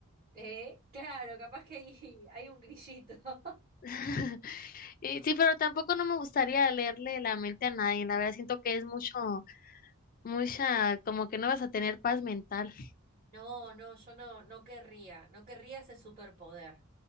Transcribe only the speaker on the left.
<laughs> Y Sí, pero tampoco no me gustaría leerle la mente a nadie, la verdad siento que es mucho, mucha, como que no vas a tener paz mental.